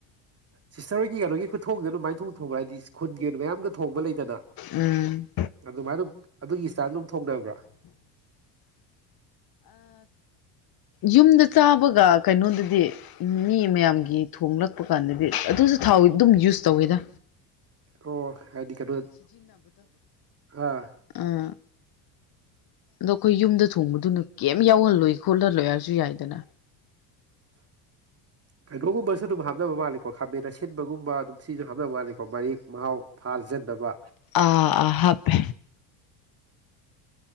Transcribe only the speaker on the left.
ꯎꯝ
ꯌꯨꯝꯗ ꯆꯥꯕꯒ ꯀꯩꯅꯣꯗꯗꯤ ꯃꯤ ꯃꯌꯥꯝꯒꯤ ꯊꯣꯡꯂꯛꯄ ꯀꯥꯟꯗꯗꯤ ꯑꯗꯨꯁꯨ ꯊꯥꯎ ꯑꯗꯨꯝ ꯌꯨꯁ ꯇꯧꯋꯦꯗ
ꯑꯥ ꯑꯗꯣ ꯑꯩꯈꯣꯏ ꯌꯨꯝꯗ ꯊꯣꯡꯕꯗꯨꯅ ꯀꯩꯝ ꯌꯥꯎꯍꯜꯂꯣꯏ ꯈꯣꯠꯂꯍꯜꯂꯣꯏ ꯍꯥꯏꯔꯁꯨ ꯌꯥꯏꯗꯅ
ꯑ ꯑ ꯍꯥꯄꯦ